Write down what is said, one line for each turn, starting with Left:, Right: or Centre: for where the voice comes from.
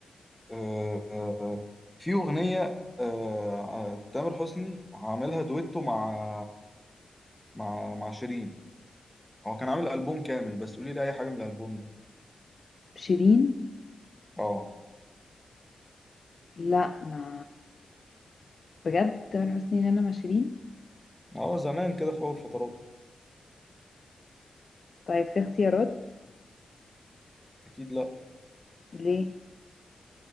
Centre: آه، آه، في أغنية آه، آه، تامر حسني عاملها دويتو مع مع مع شيرين هو كان عامل ألبوم كامل بس قولي لي أي حاجة من الألبوم ده
Left: شيرين
Centre: اه
Left: لا ما بجد تامر حسني غنى مع شيرين
Centre: هو زمان كده في أول فتراته
Left: طيب في اختيارات
Centre: أكيد لأ
Left: ليه